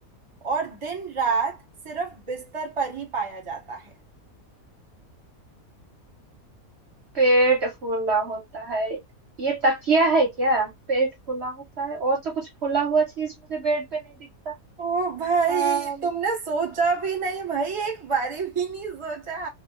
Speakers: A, on the right; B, on the right.
A: और दिन रात सिर्फ बिस्तर पर ही पाया जाता है
B: पेट फूला होता है ये तकिया है क्या पेट फूला होता है और तो कुछ फूला हुआ चीज मुझे बेड पे नहीं दिखता
A: ओ भाई
B: अम,
A: तुमने सोचा भी नहीं भाई एक बारी भी नहीं सोचा